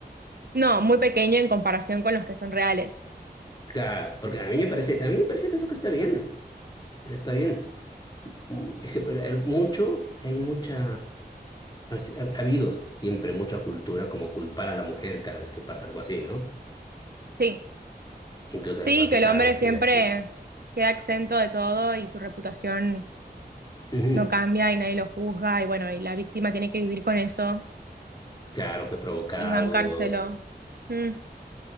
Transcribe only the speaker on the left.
Claro, porque a mí me parece, a mí me parece que eso que está bien. Está bien. Mm. Eje- el- Mucho, hay mucha. Ha si- ha- ha habido siempre mucha cultura como culpar a la mujer cada vez que pasa algo así, ¿no?
Incluso
el parque
estaba
vestida
así.
Ujú.
Claro, fue provocado,